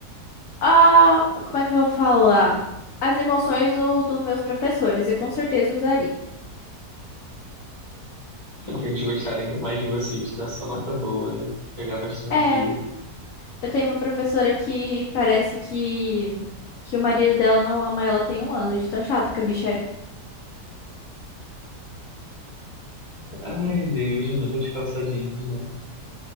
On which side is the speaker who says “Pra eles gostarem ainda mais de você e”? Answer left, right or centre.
Left